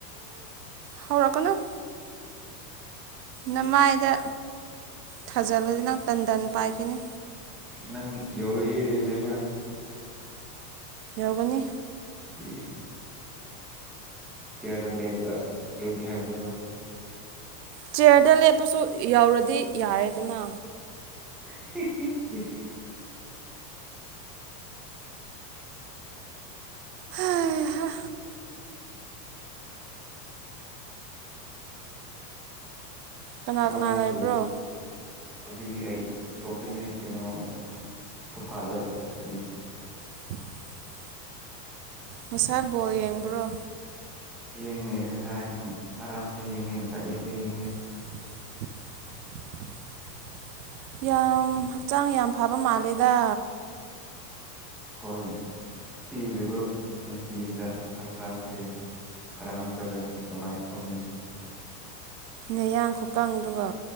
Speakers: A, on the right; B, in the centre.
A: ꯍꯧꯔꯛꯀꯅꯥꯣ ꯅꯃꯥꯏꯗ ꯊꯥꯖꯤꯜꯂꯗꯤ ꯅꯪ ꯇꯟ ꯇꯟ ꯄꯥꯏꯈꯤꯅꯤ
B: ꯅꯪ ꯌꯎꯔ ꯌꯦꯕꯦꯝꯕ
A: ꯌꯥꯎꯒꯅꯤ
B: ꯑꯦ ꯆꯤꯌꯥꯔꯗ ꯂꯦꯞꯄꯒ ꯌꯧꯗ ꯍꯥꯏꯕꯗꯨꯔꯣ
A: ꯆꯤꯌꯔꯗ ꯂꯦꯞꯄꯁꯨ ꯌꯧꯔꯗꯤ ꯌꯥꯔꯦꯗꯅ
B: <unintelligible>
A: ꯍꯥꯝ ꯍꯥꯏꯍ ꯀꯅꯥ
B: ꯅꯣꯏ
A: ꯀꯅꯥ
B: ꯏꯁꯀꯨꯜ
A: ꯂꯩꯕ꯭ꯔꯣ
B: ꯍꯧꯖꯤꯛꯇꯤ ꯑꯩ ꯏꯇꯣꯝꯇꯅꯦ ꯀꯩꯅꯣ ꯁꯣꯐꯥꯗ ꯍꯤꯞꯇꯦ
A: <unintelligible> ꯃꯁꯥ ꯕꯣꯜ ꯌꯦꯡꯕ꯭ꯔꯣ
B: ꯌꯦꯡꯉꯦ ꯉꯁꯥꯏ ꯉꯔꯥꯡꯁꯨ ꯌꯦꯡꯉꯦ ꯉꯁꯥꯏ ꯑꯛꯁꯨ ꯌꯦꯡꯉꯦ
A: <inaudible> ꯌꯥꯝ ꯍꯛꯆꯥꯡ ꯌꯥꯝ ꯐꯕ ꯃꯥꯜꯂꯦꯗ
B: ꯍꯣꯏ ꯇꯦꯜꯂꯤꯕ ꯄꯨꯟꯁꯤꯁꯤꯗ ꯍꯛꯆꯥꯡꯁꯦ ꯐꯔꯍꯟꯗ꯭ꯔꯒꯗꯤ ꯀꯃꯥꯏꯅ ꯇꯧꯅꯤ
A: ꯅꯌꯥꯡ ꯈꯨꯀꯪꯗꯨꯒ